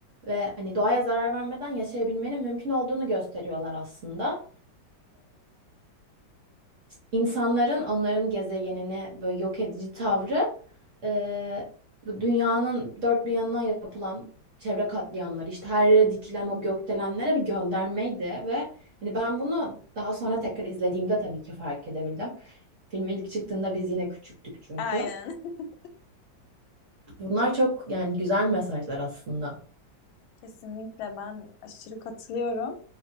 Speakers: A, on the right (about 55°); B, on the left (about 85°).
A: ve hani doğaya zarar vermeden yaşayabilmenin mümkün olduğunu gösteriyorlar aslında. İnsanların onların gezegenini böyle yok edici tavrı e, bu dünyanın dört bir yanına yapılan çevre katliamları işte her yere dikilen o gökdelenlere bir göndermeydi ve hani ben bunu daha sonra tekrar izlediğimde tabii ki fark edebildim. Film ilk çıktığında biz yine küçüktük çünkü.
B: Aynen. <laughs>
A: Bunlar çok yani güzel mesajlar aslında.
B: Kesinlikle ben aşırı katılıyorum.